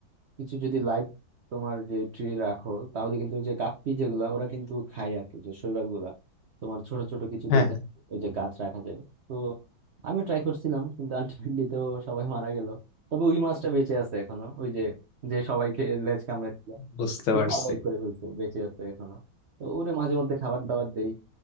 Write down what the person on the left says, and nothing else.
হ্যাঁ
হ্যাঁ
বুঝতে পারছি